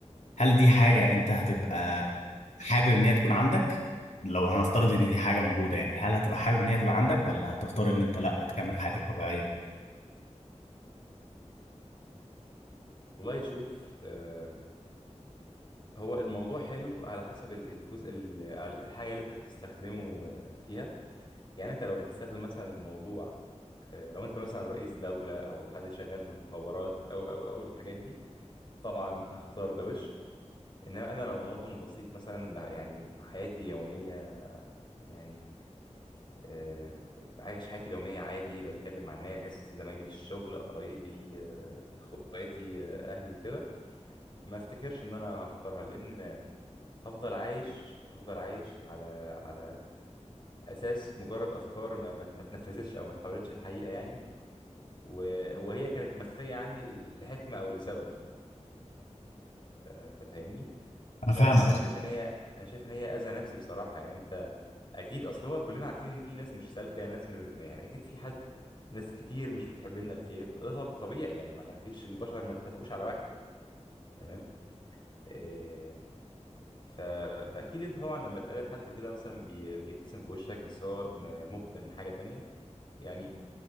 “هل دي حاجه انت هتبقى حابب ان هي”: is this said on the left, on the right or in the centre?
Left